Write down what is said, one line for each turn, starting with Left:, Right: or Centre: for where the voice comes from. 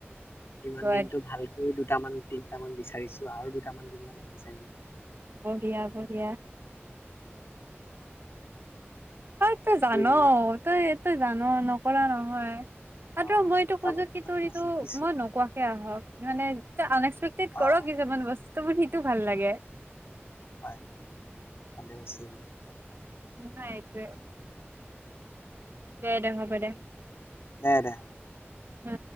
Left: ইমান
Right: গুড
Left: দিনটো ভাল এই দুটামান তিনিটামান বিচাৰিছো আৰু দুটামান তিনটামান বিচাৰি
Right: বঢ়িয়া বঢ়িয়া অ তই
Left: বাকী
Right: জান
Left: মই
Right: তই এইটোই জান ন কৰা নহয় আৰু
Left: অ'
Right: মই এইটো
Left: বিকা
Right: খোজো
Left: বুলি কথাটো
Right: কি তোৰ
Left: মই
Right: ইটো
Left: শিকিছো
Right: মই নোকোৱাকে আহক মানে আন এক্সপেক্টেড
Left: অ'
Right: কৰক কিছুমান বস্তু তোমাৰ সিটো ভাল লাগে
Left: হয় হয় ভালে হৈছিল
Right: নাই এইটোয়ে দে দে হ'ব দে
Left: দে দে
Right: উম